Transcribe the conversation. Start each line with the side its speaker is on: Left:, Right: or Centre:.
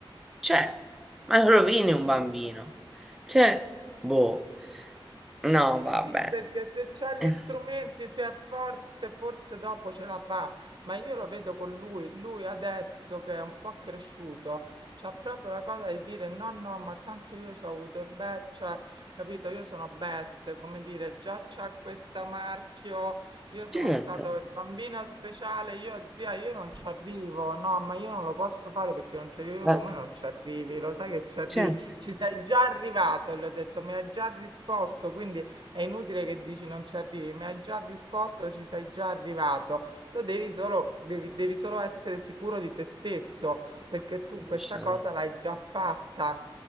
Centre: Cioè, ma lo rovini un bambino. Cioè, boh. No, vabbè.
Right: Sì, perché se c'ha gli
Centre: Eh,
Right: strumenti, se è forte, forse dopo ce la fa, ma io lo vedo con lui, lui adesso che è un po' cresciuto, c'ha proprio la cosa di dire no, no, ma tanto io ci ho avuto e beh, cioè, capito, io sono Bess, come dire, già c'ha questo marchio, io sono
Centre: Certo,
Right: stato il bambino speciale, io zia, io non ci arrivo, no, ma io non lo posso fare perché non ci arrivo,
Centre: va
Right: come non ci arrivi, lo sai che ci arrivi,
Centre: certo.
Right: ci sei già arrivato, gli ho detto, mi hai già risposto, quindi è inutile che dici non ci arrivi, mi hai già risposto, ci sei già arrivato. Lo devi solo, devi, devi solo essere sicuro di te stesso, perché tu
Centre: Alluscinante,
Right: questa cosa l'hai già fatta.